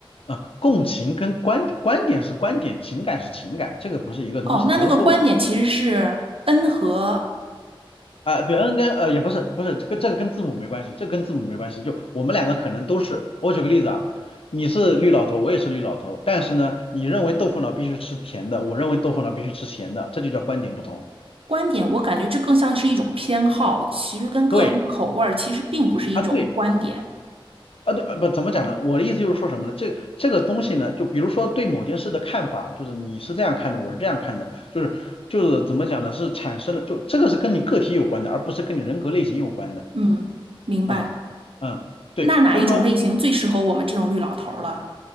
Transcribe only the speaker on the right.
哦，那那个观点其实是
N 和
观点，我感觉这更像是一种偏好，其实跟个人口味儿其实并不是一种观点。
嗯，明白。
那哪一种类型最适合我们这种绿老头儿了